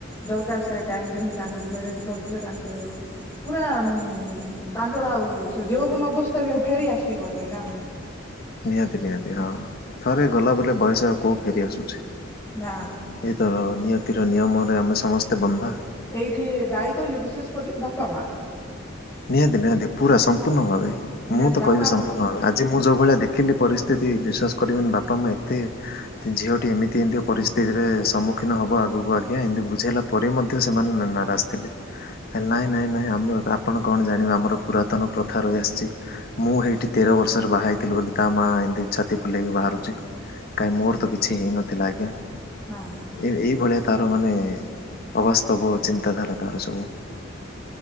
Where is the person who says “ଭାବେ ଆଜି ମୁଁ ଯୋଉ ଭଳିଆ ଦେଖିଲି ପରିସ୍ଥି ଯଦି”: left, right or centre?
Left